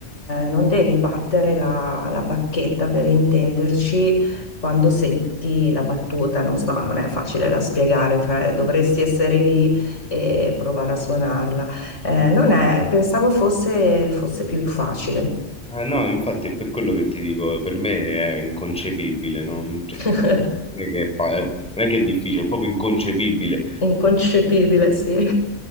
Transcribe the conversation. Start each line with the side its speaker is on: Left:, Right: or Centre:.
Left: non devi battere la, la bacchetta per intenderci quando senti la battuta, non so, non è facile da spiegare, cioè dovresti essere lì e provare a suonarla. Eh, non è, pensavo fosse, fosse più facile.
Centre: Eh, no, infatti è per quello che ti dico, per me è inconcepibile, non, cioè,
Left: <laughs>
Centre: non è che, fa- eh, non è che è difficile, è proprio inconcepibile.
Left: Inconcepibile, sì. <laughs>